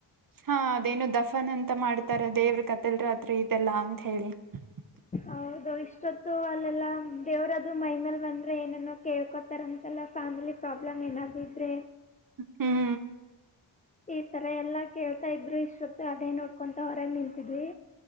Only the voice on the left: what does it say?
ಹೌದು ಇಷ್ಟೊತ್ತು ಅಲ್ಲೆಲ್ಲ ದೇವ್ರದು ಮೈ ಮೇಲೆ ಬಂದ್ರೆ ಏನೇನೋ ಕೇಳ್ಕೋತಾರಂತ ಎಲ್ಲ ಫ್ಯಾಮಿಲಿ ಪ್ರಾಬ್ಲಮ್ ಏನಾದ ಇದ್ರೆ
ಈ ತರ ಎಲ್ಲಾ ಕೇಳ್ತಾ ಇದ್ರು ಇಷ್ಟೊತ್ತು ಅದೇ ನೋಡ್ಕೊಂತ ಹೊರಗೆ ನಿಂತಿದ್ವಿ